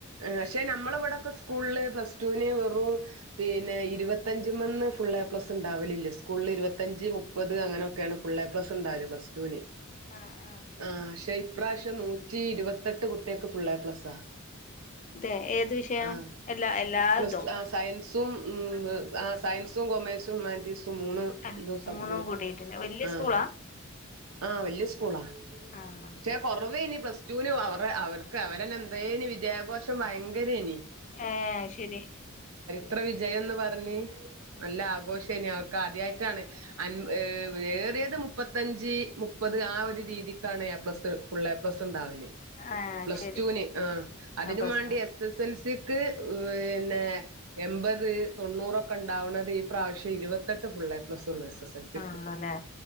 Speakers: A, on the right; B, on the left.
A: എ പക്ഷെ നമ്മളെവടക്കെ സ്കൂൾല് പ്ലസ് റ്റൂന് വെറും പിന്നെ ഇര്പത്തഞ്ച്മ്മെന്ന് ഫുള്ളെപ്ലസ്ണ്ടാവലില്ല സ്കൂൾല് ഇര്പത്തഞ്ച് മുപ്പത് അങ്ങനാെക്കേണ് ഫുള്ളെപ്ലസ്ണ്ടാവല് പ്ലസ് റ്റൂന്
B: ആഹ് ആഹ്
A: ആ ശെ ഇ പ്രാശ്യം നൂറ്റി ഇരുപത്തെട്ട് കുട്ട്യേക്ക് ഫുള്ളെപ്ലസ്സാ
B: അതെ ഏത് വിഷയം
A: ആ
B: എല്ലാ എല്ലാതും
A: പ്ലസ് റ്റൂ ആ സയൻസും ആ സയൻസും കൊമേഴ്സ് ഹ്യുമാൻറ്റീസും മൂന്ന്
B: അല്ല
A: തും സ
B: മൂന്നും
A: തും
B: കൂടിയിട്ടുണ്ട് വല്യ
A: ആ
B: സ്കൂളാ
A: ആ വെല്യ സ്‌കൂളാ
B: ആഹ്
A: ശെ കൊറവേനി പ്ലസ്റ്റൂവിന് വ അവരെ അവർക്ക് അവരന്നെ എന്തേല് വിദ്യാപോ ക്ഷെ ഭയങ്കരേലി
B: ഏയ് ശെരി
A: ത്ര വിജയന്ന് പറഞ്ഞ് നല്ല ആഘോഷേനി ആ ക്കാദ്യായിട്ടാണ് അൻ ഏ ഏറിയത് മുപ്പത്തഞ്ചി മുപ്പത് ആ ഒരു രീതി താണ് A plus full A plus ഉണ്ടാവല്
B: ആഹ്
A: പ്ലസ്ടൂന്
B: ശരി
A: ആഹ് അതിനും
B: ആ പ്ലസ്
A: മാണ്ടി
B: ടു
A: എസ് എസ് എൽസിക്ക് വീന്നേ എമ്പത് തൊണ്ണൂറൊക്കണ്ടാവ്ണത് ഈ പ്രാവശ്യ ഇരുപത്തെട്ട് ഫുള്ളേപ്ലസ് തൊള്ള് എസ് എസ് എൽ സി
B: ആണല്ലോല്ലേ
A: ക്ക്